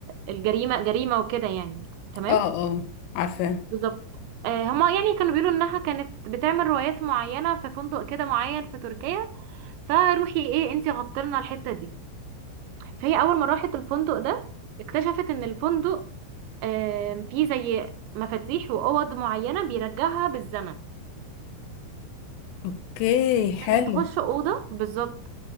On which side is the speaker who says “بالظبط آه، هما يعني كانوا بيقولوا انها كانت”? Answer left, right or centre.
Right